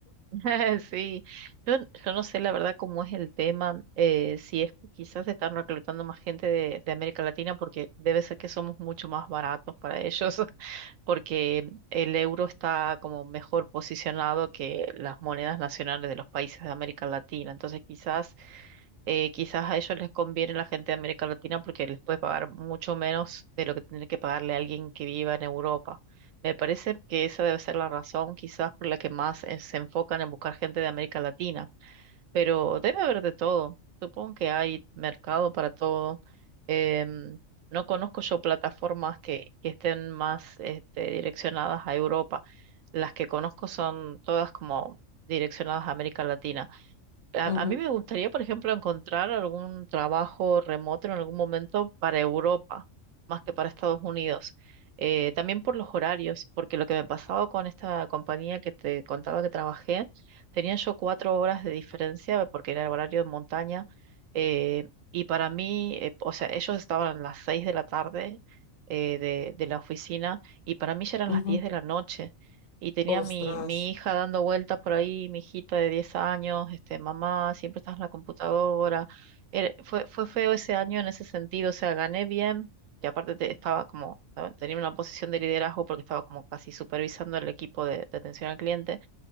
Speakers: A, on the right (about 80°); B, on the left (about 70°).
A: <laughs> Sí. Yo, yo no sé la verdad cómo es el tema, eh, si es que quizás están reclutando más gente de, de América Latina, porque debe ser que somos mucho más baratos para ellos. porque el euro está como mejor posicionado que las monedas nacionales de los países de América Latina. Entonces quizás, eh, quizás a ellos les conviene la gente de América Latina porque les puede pagar mucho menos de lo que tendría que pagarle a alguien que viva en Europa. Me parece que esa debe ser la razón quizás por la que más eh, se enfocan en buscar gente de América Latina pero debe haber de todo. Supongo que hay mercado para todo. Em, no conozco yo plataformas que, que estén más este, direccionadas a Europa. Las que conozco son todas como direccionadas a América Latina. A,
B: <laughs> Ujú,
A: a mí me gustaría, por ejemplo, encontrar algún trabajo remoto en algún momento para Europa, más que para Estados Unidos. Eh, también por los horarios, porque lo que me pasaba con esta compañía que te contaba que trabajé, tenía yo cuatro horas de diferencia porque era el horario de montaña. eh, y para mí, eh, o sea, ellos estaban a las seis de la tarde eh, de, de la oficina y para mí ya eran
B: ujú.
A: las diez de la noche y tenía
B: Ostras.
A: mi, mi hija dando vueltas por ahí, mi hijita de 10 años, este, mamá, siempre estás en la computadora. Era- fue, fue feo ese año en ese sentido, o sea, gané bien, y aparte te- estaba como, ah, tenía una posición de liderazgo porque estaba como casi supervisando el equipo de, de atención al cliente,